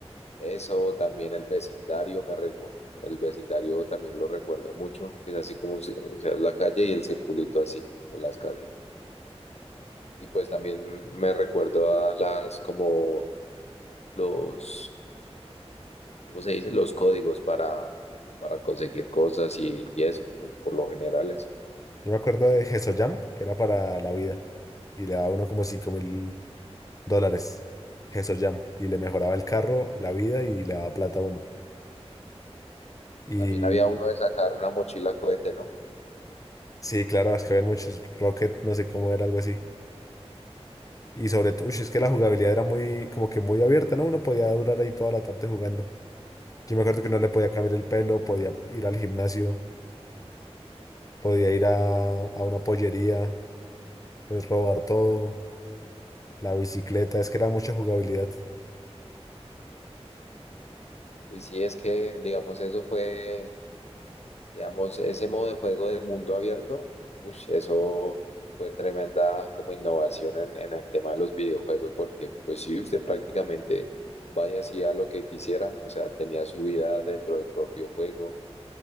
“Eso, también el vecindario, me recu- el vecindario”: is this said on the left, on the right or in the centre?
Left